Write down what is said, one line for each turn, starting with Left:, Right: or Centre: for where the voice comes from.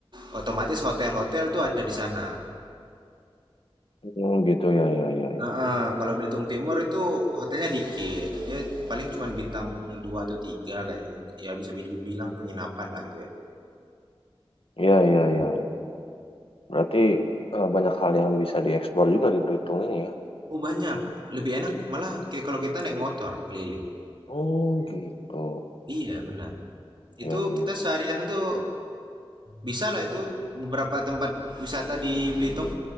Right: otomatis hotel-hotel itu ada di sana.
Left: Hmm, gitu ya, ya, ya, ya.
Right: Heeh, kalau Belitung Timur itu hotelnya dikit. Dia paling cuman bintang 2 atau 3 kayaknya. Ya bisa dibilang penginapan lah gitu ya.
Left: Iya, iya,
Right: Hmm.
Left: iya, iya. Berarti eh, banyak hal yang bisa dieksplor juga di Belitung ini ya.
Right: Oh banyak, lebih enak malah ki- kalau kita naik motor keliling.
Left: Oh gitu.
Right: Iya benar.
Left: Ya,
Right: Itu
Left: ya.
Right: kita seharian tuh bisa lah itu beberapa tempat wisata di Belitung.